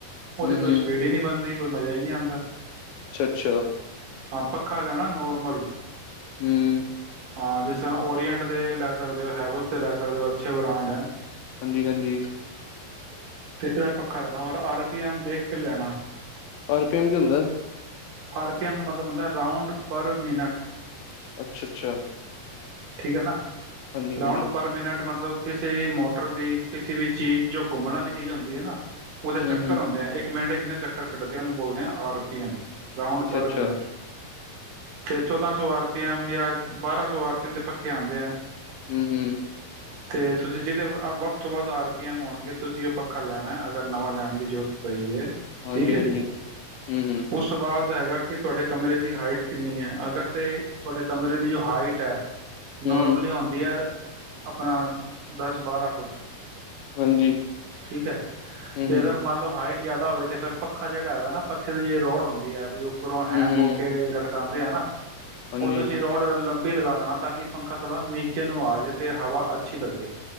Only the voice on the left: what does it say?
ਹੂੰ
ਹੂੰ
ਅੱਛਾ -ਅੱਛਾ
ਹਮ
ਹਾਂਜੀ ਹਾਂਜੀ
ਆਰ ਪੀ ਐਮ ਕੀ ਹੁੰਦਾ?
ਅੱਛਾ -ਅੱਛਾ
ਹਾਂਜੀ
ਹਾਂਜੀ
ਹੂੰ ਹੂੰ
ਅੱਛਾ
ਅੱਛਾ
ਹਮ ਹਮ
ਹਾਂਜੀ
ਹਾਂਜੀ
ਹੂੰ ਹੂੰ
ਹੂੰ
ਹਾਂਜੀ
ਹੂੰ
ਹੂੰ
ਹੂੰ ਹੂੰ
ਹਾਂਜੀ